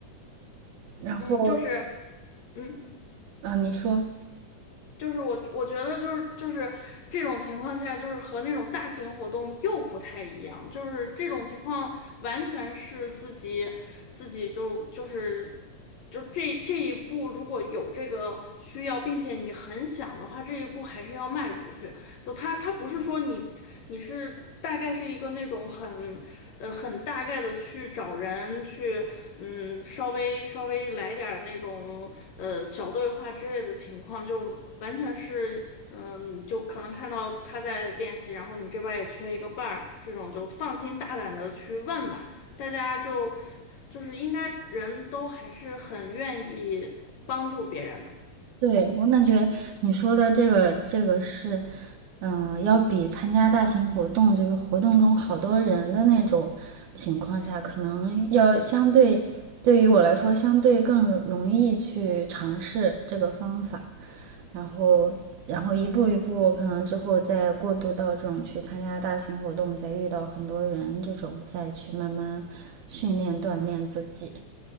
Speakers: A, on the right (about 70°); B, on the left (about 65°).
A: 然后，
B: 嗯，就是，嗯，
A: 嗯，你说。
B: 就是我我觉得就是就是这种情况下，就是和那种大型活动又不太一样，就是这种情况完全是自己自己就就是就这这一步，如果有这个需要，并且你很想的话，这一步还是要迈出去。就他他不是说你你是大概是一个那种很。呃，很大概的去找人去，嗯，稍微稍微来点儿那种呃小对话之类的情况，就完全是，嗯，就可能看到他在练习，然后你这边儿也缺一个伴儿，这种就放心大胆的去问吧，大家就就是应该人都还是很愿意帮助别人的。
A: 对，我感觉你说的这个这个是，嗯，要比参加大型活动，就是活动中好多人的那种情况下，可能要相对，对于我来说，相对更容易去尝试这个方法，然后然后一步一步，可能之后再过渡到这种去参加大型活动，再遇到很多人这种，再去慢慢训练锻炼自己。